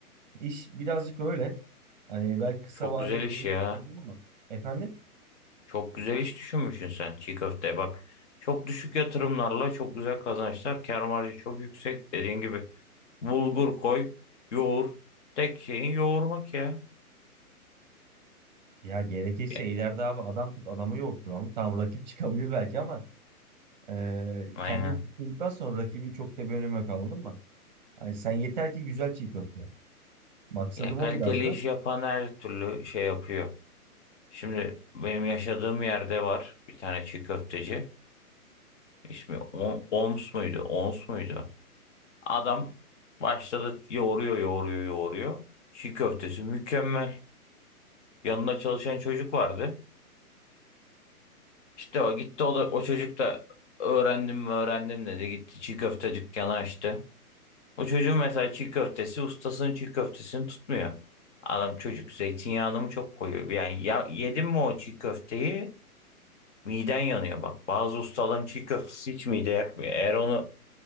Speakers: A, on the right; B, on the left.
A: iş birazcık öyle. Hani belki kısa
B: çok
A: vade
B: güzel
A: yapılacak
B: iş ya.
A: bir şey değil ama. Efendim?
B: Çok güzel iş düşünmüşsün sen çiğ köfte. Bak çok düşük yatırımlarla çok güzel kazançlar. Kâr marjı çok yüksek. Dediğin gibi bulgur koy, yoğur. Tek şeyin yoğurmak ya.
A: Ya gerekirse
B: Ya,
A: ileride abi adam tut adamı yoğurtturalım. Tamam rakip çıkabilir belki ama eee
B: aynen.
A: kendini tuttuktan sonra rakibin çok da bir önemi yok anladın mı? Hani sen yeter ki güzel çiğ köfte yap. Maksadım
B: Ya kaliteli
A: o biraz da.
B: iş yapan her türlü şey yapıyor. Şimdi benim yaşadığım yerde var bir tane çiğ köfteci. İsmi O- Oms muydu? Ons muydu? Adam başladı yoğuruyor, yoğuruyor, yoğuruyor. Çiğ köftesi mükemmel. Yanında çalışan çocuk vardı. İşte o gitti o da o çocuk da öğrendim mi öğrendim dedi. Gitti çiğ köfte dükkanı açtı. O çocuğun mesela çiğ köftesi ustasının çiğ köftesini tutmuyor. Adam çocuk zeytinyağını mı çok koyuyor? Yani ya, yedim mi o çiğ köfteyi Miden yanıyor bak. Bazı ustaların çiğ köftesi hiç mide yakmıyor. Eğer onu